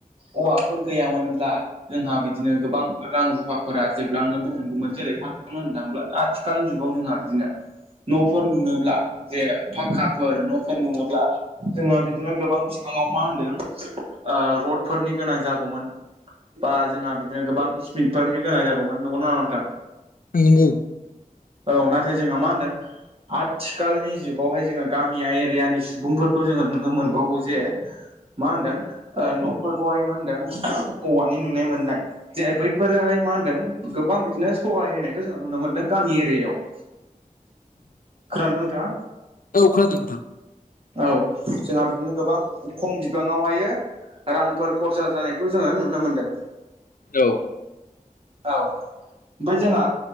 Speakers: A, on the right (about 40°); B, on the left (about 80°).
A: औवाफोर गैयामोनब्ला जोंहा बिदिनो गोबां रां रुफाफोरा जोबलांनोबो हमगौमोन जेरैनो होननो थाङोब्ला आथिखालनि जुगाव जोंहा बिदिनो न'फोर लुनोब्ला जे फाखाफोर न'फोर लुनोब्ला जोङो बिदिनो गोबां फिफाङाव मा होनदों ओ रडफोरनि गोनां जागौमोन। बा जोंहा बिदिनो गोबां स्पिडफोरनि गोनां जागौमोन नंगौ ना नङा नोंथां?
B: <unintelligible>
A: औ नाथाय जोंहा मा होनदों आथिखालनि जुगावहाय जोङो गामिया एरियानि सुबुंफोरखौ जोङो नुनो मोनबावो जे मा होनदों न'फोरखौहाय मा होनदों औवानि नुनाय मोननाय जे बैफोरहाय मा होनदों गोबां बिदिनो सहाय होनायखौ जोङो नुनो मोन्दों गामि एरिया आव। खानादोंना नोंथाङा?
B: औ खोनादों नोंथां
A: औ जोंहा बिदिनो गोबां खम बिबाङावहायो रांफोर खरसा जानायखौ जोङो नुनो मोनदों।
B: औ
A: औ ओमफाय जोंहा